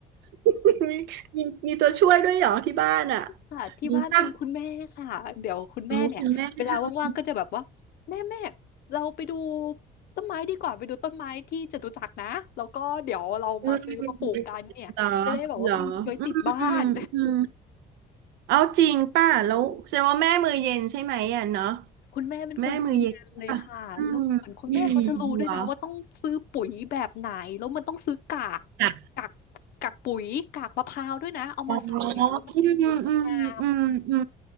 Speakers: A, on the right; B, on the left.
A: <laughs> มีมีมีตัวช่วยด้วยเหรอที่บ้านอ่ะ
B: ค่ะที่บ้านเป็นคุณแม่ค่ะเดี๋ยวคุณแม่เนี่ยเวลาว่างๆก็จะแบบว่าแม่แม่
A: มีป่ะอ๋อคุณแม่ทำ
B: เราไปดูต้นไม้ดีกว่าไปดูต้นไม้ที่จตุจักรนะแล้วก็เดี๋ยวเรามาซื้อมาปลูกกันเนี่ยจะได้แบบว่ามีไว้ติดบ้าน
A: เออเหรอเหรออืมอืม เอาจริงป่ะแล้วแสดงว่าแม่มือเย็นใช่ไหมอ่ะเนาะ
B: คุณแม่เป็นคนมือเย็นเลยค่ะแล้วเหมือนคุณแม่เขาจะรู้ด้วยนะว่าต้องซื้อปุ๋ยแบบไหน
A: แม่มือเย็นใช่ป่ะอืมอืมเหรอ
B: แล้วมันต้องซื้อกาก
A: ค่ะ
B: กากกากปุ๋ยกากมะพร้าวด้วยนะ เอามาใส่เนี่ยแล้วมันปลูกแล้วมันจะงาม
A: อ๋ออืมอืมอืมอืม